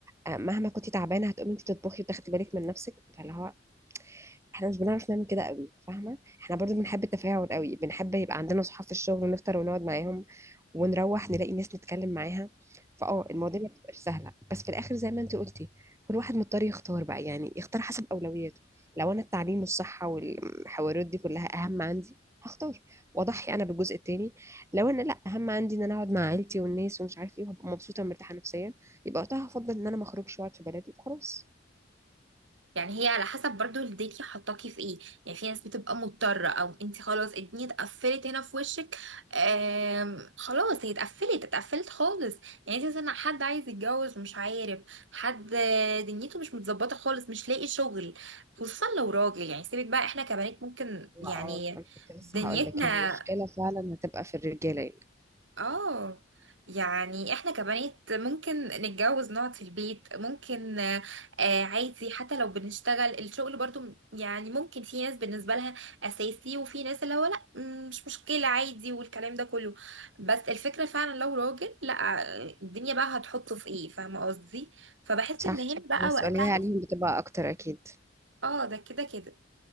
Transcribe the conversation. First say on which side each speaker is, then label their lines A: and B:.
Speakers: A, on the right; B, on the right.
A: آه، مهما كنتي تعبانة هتقومي أنت تطبخي وتاخدي بالك من نفسك فاللي هو احنا مش بنعرف نعمل كده قوي فاهمه احنا برضو بنحب التفاعل قوي بنحب يبقى عندنا صحاب في الشغل ونفطر ونقعد معاهم ونروح نلاقي ناس نتكلم معاها فاه المواضيع ما بتبقاش سهله بس في الاخر زي ما انت قلتي كل واحد مضطر يختار بقى يعني يختار حسب اولوياته لو انا التعليم والصحه والحوارات دي كلها اهم عندي هختار واضحي انا بالجزء التاني لو انا لا اهم عندي ان انا اقعد مع عيلتي والناس ومش عارف ايه وابقى مبسوطه ومرتاحه نفسيا يبقى وقتها هفضل ان انا ما اخرجش واقعد في بلدي وخلاص
B: يعني هي على حسب برضو الدنيا حطاكي في ايه يعني في ناس بتبقى مضطرة او انت خلاص الدنيا اتقفلت هنا في وشك آم خلاص هي اتقفلت اتقفلت خالص يعني انت مثلا حد عايز يتجوز ومش عارف حد آه، دنيته مش متظبطة خالص مش لاقي شغل خصوصا لو راجل يعني سيبك بقى احنا كبنات ممكن
A: هو
B: يعني
A: اه انا كنت لسه
B: دنيتنا
A: هقول لك يعني المشكله فعلا هتبقى في الرجاله يعني
B: اه يعني احنا كبنات ممكن نتجوز نقعد في البيت ممكن آه، آه، عادي حتى لو بنشتغل الشغل برضو م- يعني ممكن في ناس بالنسبة لها أساسي وفي ناس اللي هو لا م- مش مشكلة عادي والكلام ده كله بس الفكرة فعلا لو راجل لا آه، الدنيا بقى هتحطه في ايه فاهمة قصدي فبحس
A: صح
B: ان هنا بقى
A: المسؤوليه
B: وقتها
A: عليهم بتبقى اكتر اكيد
B: اه ده كده كده